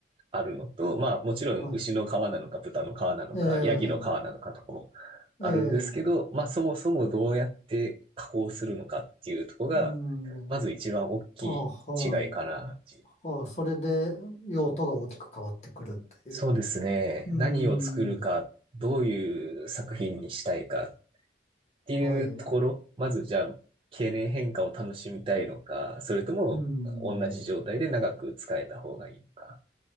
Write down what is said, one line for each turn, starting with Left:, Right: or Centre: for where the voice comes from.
Right: あるのと、まあ、もちろん、
Left: はい。
Right: 牛の皮なのか、豚の皮なのか、
Left: ええ、
Right: ヤギの皮なのかとかもあるんですけど、
Left: ええ、
Right: まあ、そもそもどうやって加工するのかっていうところが、
Left: うん、
Right: まず一番大きい違いかなっていう。
Left: あ、はい。あ、それで用途が大きく変わってくるという。
Right: そうですね。
Left: う
Right: 何を作るか、
Left: ん、
Right: どういう作品にしたいかっていうところ、
Left: はい。
Right: まずじゃあ、経年変化を楽しみたいのか、それとも同じ状態で長く使えた方がいいのか。
Left: うん、